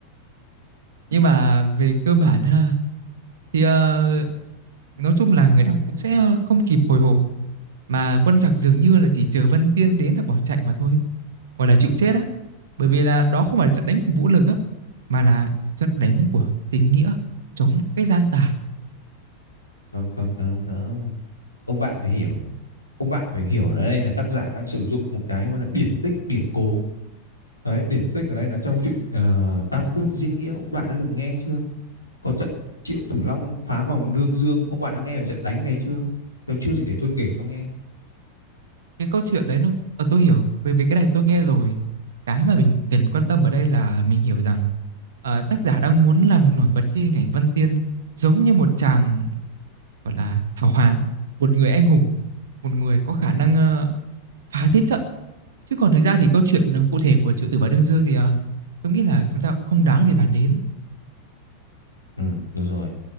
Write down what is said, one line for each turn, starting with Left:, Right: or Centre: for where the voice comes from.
Right: nhưng mà về cơ bản ha thì uh, nói chung là người đọc cũng sẽ không kịp hồi hộp mà quân giặc dường như là chỉ chờ Vân Tiên đến là bỏ chạy mà thôi gọi là chịu chết á bởi vì là đó không phải là trận đánh của vũ lực á mà là trận đánh của chính nghĩa chống cái gian tà
Left: Không, không, không, không. Ông bạn phải hiểu, ông bạn phải hiểu ở đây là tác giả đang sử dụng một cái gọi là điển tích, điển cố. Đấy, điển tích ở đây là trong chuyện ờ, Tam Quốc Diễn Nghĩa, ông bạn đã từng nghe chưa? Có trận Triệu Tử Long phá vòng Đương Dương, ông bạn đã nghe về trận đánh này chưa? Nếu chưa thì để tôi kể cho nghe.
Right: cái câu chuyện đấy nó ờ, tôi hiểu bởi vì cái này tôi nghe rồi cái mà mình cần quan tâm ở đây là mình hiểu rằng ờ, tác giả đang muốn làm nổi bật cái hình ảnh Văn Tiên giống như một chàng gọi là hào hán một người anh hùng một người có khả năng ờ, phá thiết trận chứ còn thực ra thì câu chuyện cụ thể của Triệu Tử và Đương Dương thì ờ, tôi nghĩ là chúng ta cũng không đáng để bàn đến
Left: Ừ, được rồi.